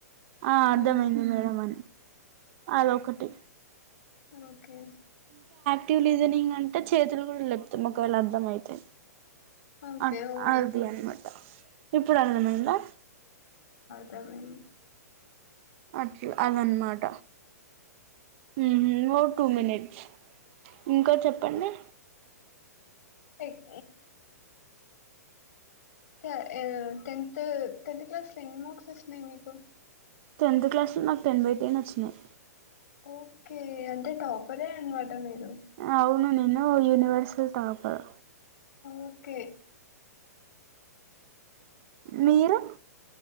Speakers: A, on the right; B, on the left.
A: ఆ అర్థమయింది
B: మ్మ్
A: మేడం అని. అదొకటి.
B: ఓకే.
A: ట్యూలిజనింగ్ అంటే, చేతులు కూడ, లెపుతాం ఒకవేళ అర్థం అయితే.
B: ఓకే
A: అ
B: అవును
A: అది అన్నమాట ఇప్పుడు అర్థమైందా.
B: దవుని.
A: అట్ల అదన్న మాట. ఉమ్ ఓ టూ మినేట్. ఇంకా చెప్పండి.
B: లైక్ త ఏవ్ టెంతు టెన్త్ క్లాస్ లో ఎన్ని మార్క్స్ వొచ్చిన్నాయ్ మీకు.
A: టెన్త్ క్లాస్ లో నాకు టెన్ బై టెన్ వొచ్చినయ్.
B: ఓకే అంటే టాపరే అన్నమాట మీరు.
A: అవును నేను. ఓ యనివర్సల్ టాపర్.
B: ఓకే.
A: మీరు.